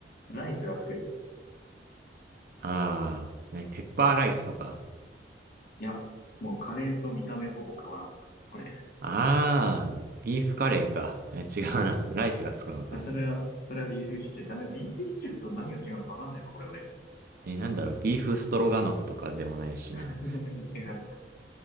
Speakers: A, on the left; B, on the right.
A: ライスがつく。
B: ああ、ね、ペッパーライスとか。
A: いや、もうカレーと見た目はほぼ変わらん。これ。
B: ああ、ビーフカレーか。え違うな。ライスがつくのか。
A: でそれは、それはビーフシチュー。あ、でもビーフシチューと何が違うのかわかんないわ、これ俺。
B: えなんだろう。ビーフストロガノフとかでもないしな。
A: <laughs> 違う。